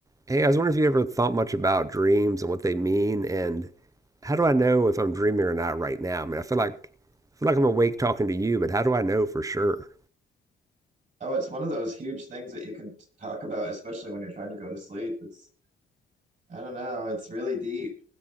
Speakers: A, on the right (about 15°); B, on the right (about 40°).
A: Hey, I was wondering if you ever thought much about dreams and what they mean, and how do I know if I'm dreaming or not right now? I mean, I feel like I feel like I'm awake talking to you, but how do I know for sure?
B: Oh, it's one of those huge things that you can t- talk about, especially when you're trying to go to sleep. It's, I don't know, it's really deep.